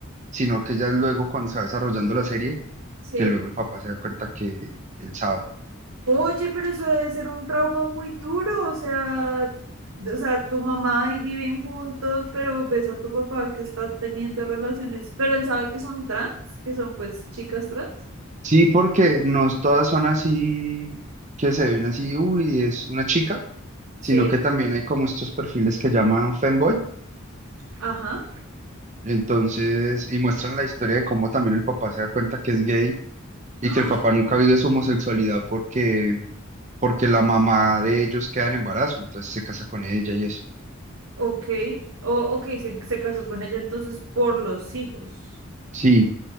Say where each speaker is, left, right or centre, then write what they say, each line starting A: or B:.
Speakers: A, on the right (about 35°); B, on the right (about 80°).
A: sino que ya luego cuando se va desarrollando la serie
B: Sí.
A: que luego el papá se da cuenta que él sabe.
B: Oye, pero eso debe ser un trauma muy duro, o sea, o sea, tu mamá y viven juntos, pero ves a tu papá que está teniendo relaciones, pero él sabe que son trans, que son pues chicas trans.
A: Sí, porque no todas son así, que se ven así, uy, es una chica,
B: Sí,
A: sino que también hay como estos perfiles que llaman femboy,
B: ajá.
A: entonces, y muestran la historia de cómo también el papá se da cuenta que es gay y
B: Ah,
A: que el papá nunca vive su homosexualidad porque, porque la mamá de ellos queda en embarazo, entonces se casa con ella y eso.
B: ok, o, ok, se, se casó con ella entonces por los hijos.
A: Sí,